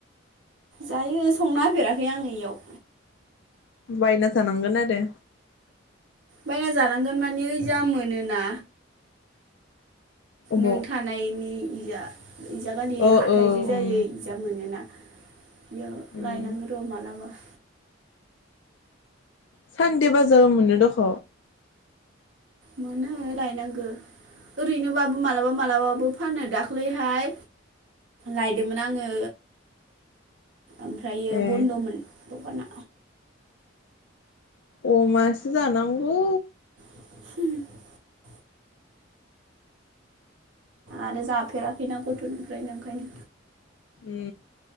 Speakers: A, on the right; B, on the left.
A: जायो। संना होफेराखै आङो इयाव।
B: बायना जानांगोन आरो।
A: बायना जानांगोन मानि ओइजा मोनोना।
B: अबाव
A: नों थानायनि गैया इजा गालै
B: ओ
A: हाथाइजो
B: ओ
A: जायो
B: उम
A: इजा मोनोना बियो
B: उम
A: लायनांगोन र' मालाबा <inaudible>
B: सानदे बाजाराव मोनो दख'
A: मोनो लायनांगो ओरैनोबाबो मालाबा मालाबाबो फानो दाख्लैहाय लायदोंमोन आंङो ओमफ्रायो
B: ए
A: बन्द'मोन। दकाना
B: अमासो जानांगौ
A: <unintelligible> आरो जाफेराखैना गथ'निफ्रायनो ओंखायनो
B: ए